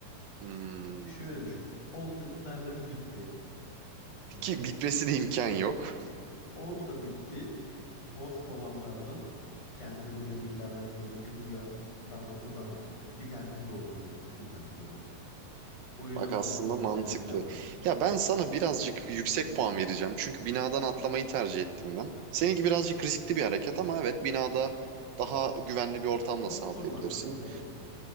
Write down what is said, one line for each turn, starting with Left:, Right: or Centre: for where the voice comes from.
Right: Hmm.
Left: Şöyle düşün. Oldu dedim mermilerim bitti mesela.
Right: Ki bitmesine imkan yok.
Left: Oldu da bitti. Boş kovanlardan kendime demirlerden böyle bilya damlatıp damlatıp bir kendim doldururdum bir tane de. O yüzden
Right: Bak aslında
Left: pompalı
Right: mantıklı.
Left: istedim bir yandan.
Right: Ya ben sana birazcık yüksek puan vereceğim. Çünkü binadan atlamayı tercih ettim ben. Seninki birazcık riskli bir hareket ama evet binada daha güvenli bir ortam
Left: Çok
Right: da sağlayabilirsin.
Left: korunaklıyım moruk.